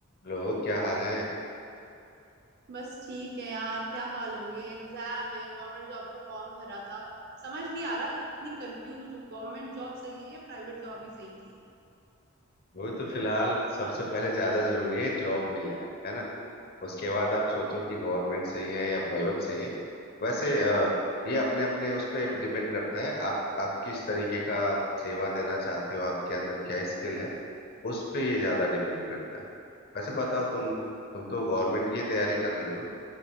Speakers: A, on the left; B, on the right.
A: लोग क्या हाल है
B: बस ठीक है यार क्या हाल होंगे एग्जाम है गवर्नमेंट जॉब का फॉर्म भरा था समझ नहीं आ रहा इतनी कंफ्यूज हूँ गवर्नमेंट जॉब सही है या प्राइवेट जॉब ही सही थी
A: वही तो फिलहाल सबसे पहले ज्यादा जरूरी है जॉब मिल जाए है ना उसके बाद आप सोचो कि गवर्नमेंट सही है या प्राइवेट सही है वैसे अ, ये अपने अपने उस पर डिपेंड करता है आप आप किस तरीके का सेवा देना चाहते हो आपके अंदर क्या स्किल है उस पे ये ज्यादा डिपेंड करता है वैसे बताओ तुम तुम तो गवर्नमेंट की तैयारी कर रही हो